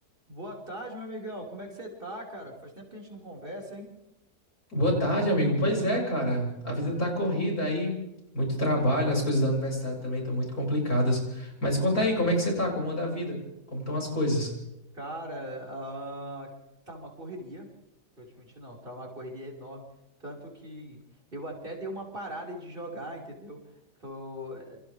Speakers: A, on the right (about 35°); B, on the left (about 65°).
A: Boa tarde, meu amigão. Como é que você tá, cara? Faz tempo que a gente não conversa, hein?
B: Boa tarde, amigo. Pois é, cara. A vida tá corrida aí, muito trabalho, as coisas da universidade também estão muito complicadas. Mas conta aí, como é que você tá? Como anda a vida? Como estão as coisas?
A: Cara, ah, tá uma correria. Eu te menti, não. Tá uma correria enorme. Tanto que eu até dei uma parada de jogar, entendeu? Tô... eh,